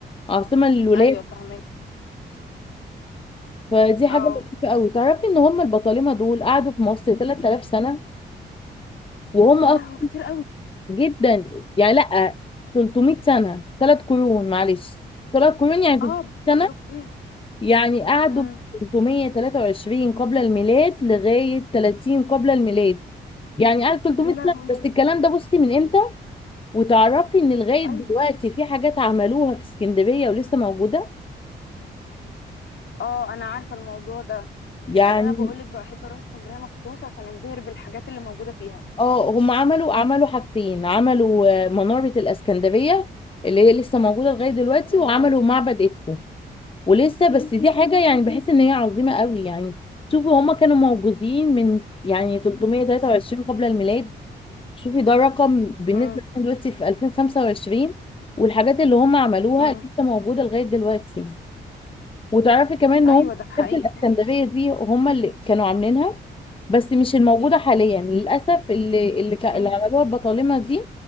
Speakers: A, on the left; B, on the left.
A: عاصمه للولايات
B: ايوه فاهمك
A: فدي حاجه
B: اه
A: لطيفه قوي تعرفي ان هم البطالمه دول قعدوا في مصر 3000 سنه وهم
B: يا
A: اصلا
B: لهوي كتير قوي
A: جدا يعني لا 300 سنه ثلاث قرون معلش ثلاث قرون يعني
B: اه
A: 300
B: برضه كتير
A: يعني قعدوا
B: امم
A: 323 قبل الميلاد لغاية 30 قبل الميلاد يعني قعد 300
B: يا لهوي
A: سنة بس الكلام ده بصي من امتى وتعرفي ان لغاية
B: ايوه
A: دلوقتي في حاجات عملوها في اسكندرية ولسه موجودة
B: اه انا عارفه الموضوع ده
A: يعني
B: لان انا بقولك بحب اروح اسكندريه مخصوص عشان انبهر بالحاجات اللي موجوده فيها
A: اه هم عملوا عملوا حاجتين عملوا آه، منارة الاسكندرية اللي هي لسه موجودة لغاية دلوقتي
B: امم
A: وعملوا معبد إدفو ولسه بس دي حاجة يعني بحس ان هي عظيمة قوي يعني شوفوا هما كانوا موجودين من يعني 323 قبل الميلاد شوفي ده رقم بالنسبة
B: امم
A: لنا دلوقتي في 2025 والحاجات اللي هم عملوها
B: امم
A: لسه موجودة لغاية دلوقتي وتعرفي كمان ان
B: ايوه
A: هم
B: ده حقيقي
A: في الاسكندرية
B: فعلا
A: دي هم اللي كانوا عاملينها بس مش الموجودة حاليا للأسف اللي اللي, ك... اللي
B: امم
A: عملوها البطالمة دي